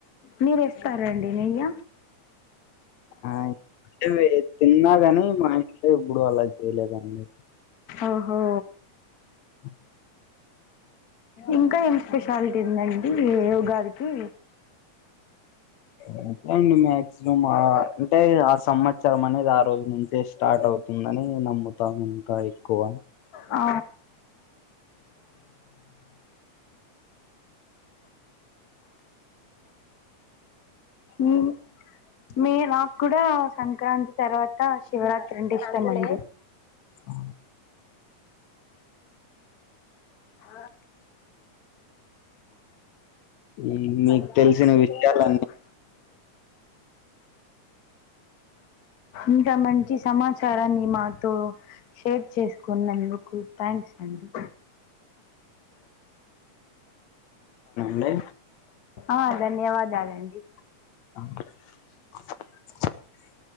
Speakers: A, on the left (about 50°); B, on the left (about 70°).
A: మీరు ఏస్తార అండి నెయ్య
B: ఆంటే తిన్నా గాని మా ఇంట్లో ఎబ్బుడు అలా చేయలేదండి
A: ఓహో
B: ఆ
A: ఇంకా ఏం స్పెషాలిటీ ఉందండి ఉగాదికి
B: అంతే అండి మక్సిమం అంటే ఆ సంవత్సరం అనేది ఆ రోజు నుంచే స్టార్ట్ అవుతుందని నమ్ముతాం ఇంకా ఎక్కువ
A: ఆ ఈ మీ నాక్కూడా సంక్రాంతి తర్వాత శివరాత్రి అంటే ఇష్టం అండి
B: ఆ
A: ఆ
B: ఉమ్,
A: పంజాబ్
B: మీకు తెలిసిన విషయాలన్నీ
A: సేవల నంచి ఇంత మంచి సమాచారాన్ని మాతో షేర్ చేసుకున్నందుకు థ్యాంక్స్ అండి
B: నడి
A: ఆ ధన్యవాదాలండి
B: అ